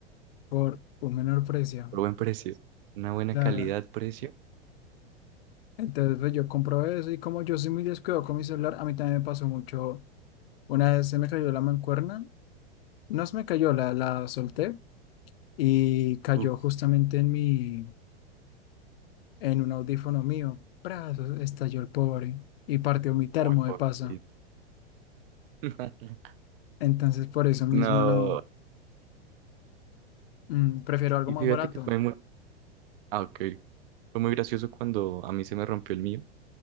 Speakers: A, on the left (about 60°); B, on the right (about 55°).
A: por un menor precio,
B: Por buen precio, una buena
A: claro.
B: calidad-precio.
A: Entonces, pues, yo compro eso y como yo soy muy descuidado con mi celular, a mí también me pasó mucho. Una vez se me cayó la mancuerna, no se me cayó, la, la solté y cayó
B: Uf.
A: justamente en mi En un audífono mío, ¡pras! estalló el pobre y partió mi termo
B: Muy pobrecito.
A: de pasa.
B: <laughs>
A: Entonces, por eso mismo
B: No,
A: no. mm, prefiero algo
B: y
A: más
B: fíjate
A: barato.
B: que fue muy, ah, ok. Fue muy gracioso cuando a mí se me rompió el mío,